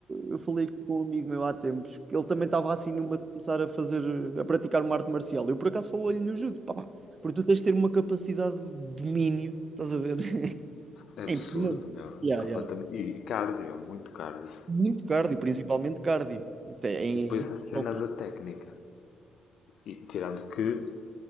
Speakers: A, on the right (about 35°); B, on the left (about 70°).
A: eu falei aqui com um amigo meu há tempos, que ele também estava assim numa de começar a fazer, a praticar uma arte marcial. Eu por acaso falei-lhe no judo, pá, pá, porque tu tens de ter uma capacidade de domínio, estás a ver? <laughs>
B: É
A: É
B: absurdo,
A: impressionante.
B: meu.
A: Yeah,
B: É completamente...
A: yeah.
B: E e cardio, muito cardio.
A: Muito cardio, principalmente cardio. Isto É, é,
B: E depois
A: é
B: a cena
A: Opa.
B: da técnica. E tirando que,